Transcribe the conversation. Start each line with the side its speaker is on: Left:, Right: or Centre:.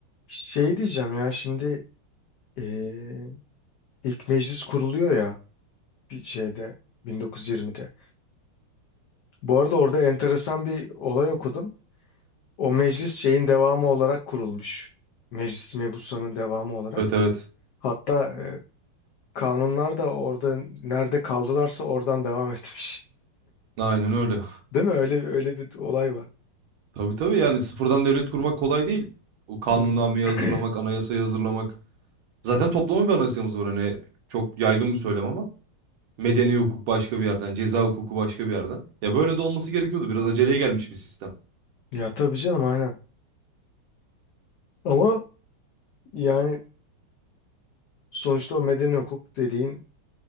Left: Şey diyeceğim ya şimdi eee, ilk meclis kuruluyor ya bir şeyde 1920'de. Bu arada orada enteresan bir olay okudum. O meclis şeyin devamı olarak kurulmuş. Meclis mebusanın devamı olarak.
Right: Evet evet.
Left: Hatta eee, kanunlar da orada nerede kaldılarsa oradan devam <laughs> etmiş.
Right: Aynen öyle.
Left: Değil mi? Öyle öyle bir olay var.
Right: <laughs> Tabii tabii yani sıfırdan devlet kurmak kolay değil. O kanunnameyi
Left: Hmm. <clears throat>
Right: hazırlamak, anayasayı hazırlamak. Zaten toplama bir anayasamız var hani çok yaygın bir söylem ama. Medeni hukuk başka bir yerden, ceza hukuku başka bir yerden. Ya böyle de olması gerekiyordu. Biraz aceleye gelmiş bir sistem.
Left: Ya tabii canım aynen. Ama yani sonuçta o medeni hukuk dediğin